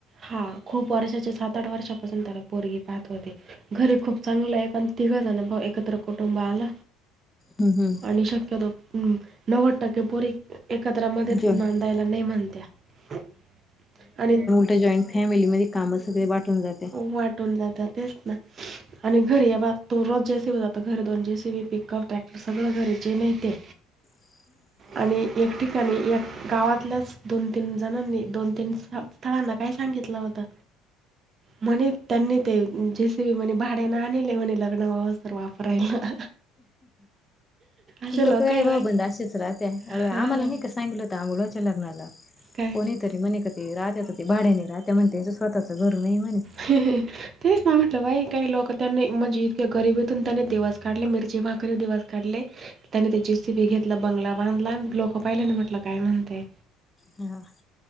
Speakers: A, on the right; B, on the left.
A: हा खूप वर्षाच्या सात आठ वर्षापासून त्याला पोरगी पाहत होते. घरी खूप चांगलं आहे पण तिघं जण भाऊ एकत्र कुटुंब आल
B: हम्म हम्म.
A: आणि शक्यतो हम्म नव्वद टक्के पोरी एकत्रमध्ये
B: जॉईन
A: नांदायला नाही म्हणत्या आणि
B: ते जॉईंट फॅमिलीमध्ये काम सगळी वाटून जात.
A: वाटून जातात तेच ना. आणि घरी या तो रोज जेसीब ज घरी दोन जेसीबी पिकअप ट्रॅक्ट सगळ घरीचे नाही ते.
B: <inaudible>
A: आणि एक ठिकाणी एक गावातल्याच दोन तीन जणांनी दोन तीन स स्थळांना काय सांगितलं होतं म्हणे त्यांनी ते जे सी बी म्हणे भाड्यान आणिले म्हणे लग्न होस तोवर वापरायला. असे
B: लोक काय
A: आहे
B: भाऊ
A: बाई
B: बंद असेच राहते
A: हा
B: आम्हाला नाही कस सांगितलं होतं अमोल भाऊच्या लग्नाला
A: काय
B: कोणी तरी म्हणे का ते राह्याच ते भाड्या नाही राहत्या म्हणते स्वतःच घर नाही म्हणे.
A: तेच ना म्हटलं बाई काही लोक त्यांनी म्हणजे इतक्या गरीबीतून त्याने दिवस काढले मिरची भाकरी दिवस काढले त्यानी ते जे सी बी घेतलं, बंगला बांधला आणि लोक पाहिले ना म्हटलं काय म्हणते.
B: हा